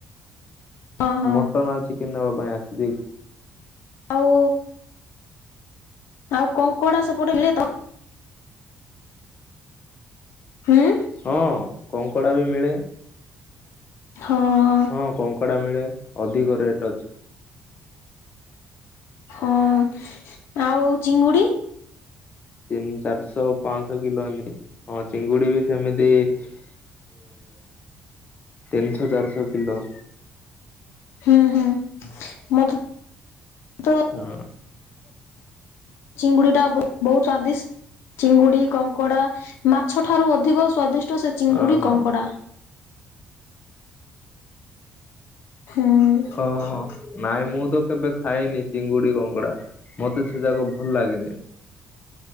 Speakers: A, on the left (about 80°); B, on the left (about 40°).
A: ହଁ ହଁ
B: ମଟନ୍‌ ଚିକେନ୍‌ ନେବା ପାଇଁ ଆସି
A: ଆଉ ଆଉ କଙ୍କଡ଼ା ସେପଟ ମିଳେ <inaudible>
B: ହଁ, କଙ୍କଡ଼ା ବି ମିଳେ।
A: <inaudible>
B: ହଁ, କଙ୍କଡ଼ା ମିଳେ ଅଧିକ ରେଟ୍ ଅଛି।
A: ହଁ, ଆଉ ଚିଙ୍ଗୁଡ଼ି?
B: <inaudible> ତିନ୍‌ଶ ଚାର୍ଶ କିଲୋ।
A: <inaudible> ମତେ ତ
B: ହୁଁ
A: <inaudible> ଚିଙ୍ଗୁଡ଼ି, କଙ୍କଡା, ମାଛ ଠାରୁ ଅଧିକ ସ୍ଵାଦିଷ୍ଟ ସେ ଚିଙ୍ଗୁଡ଼ି,
B: ଓହୋ
A: କଙ୍କଡ଼ା। <inaudible>
B: ଓହୋ। ନାଇଁ ମୁଁ ତ କେବେ ଖାଇନି, ଚିଙ୍ଗୁଡି କଙ୍କଡା ମତେ ସେ ଯାକ ଭଲ ଲାଗେନି।